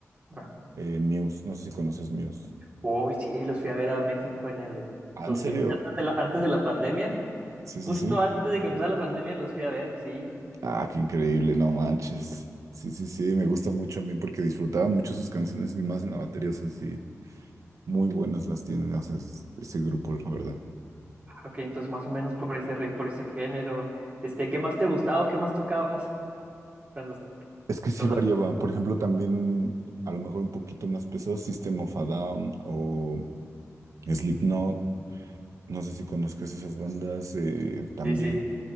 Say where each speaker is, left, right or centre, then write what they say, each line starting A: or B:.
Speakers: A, on the right; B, on the right.
A: ah.
B: eh, Muse, no sé si conoces Muse.
A: Uy, sí, los fui a ver a México en el
B: Ah,
A: 2000
B: ¿en serio?
A: antes de la, antes de la pandemia.
B: Sí,
A: Justo
B: sí, sí.
A: antes de que empezara la pandemia los fui a ver, sí.
B: Ah, qué increíble, no manches. Sí, sí, sí, me gusta mucho a mí porque disfrutaba mucho sus canciones y más en la batería, o sea, sí, muy buenas las tienen, o sea, es- ese grupo, la verdad.
A: Ah, Ok, entonces más o menos por ese, re- por ese género. Este, ¿qué más te gustaba o qué más tocabas? Cuando,
B: Es que sí
A: cuando-
B: variaba, por ejemplo, también a lo mejor un poquito más pesado, System of a Down o Slipknot, no sé si conozcas esas bandas, eh, también
A: Sí, sí.